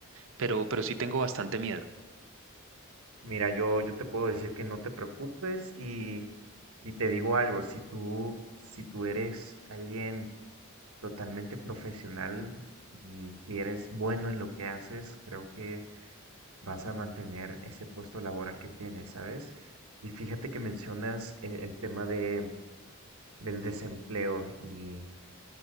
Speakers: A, on the right; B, on the right.
A: pero, pero sí tengo bastante miedo.
B: Mira, yo, yo te puedo decir que no te preocupes y, y te digo algo, si tú, si tú eres alguien totalmente profesional y, y eres bueno en lo que haces, creo que vas a mantener ese puesto laboral que tienes, ¿sabes? Y fíjate que mencionas el, el tema de del desempleo y,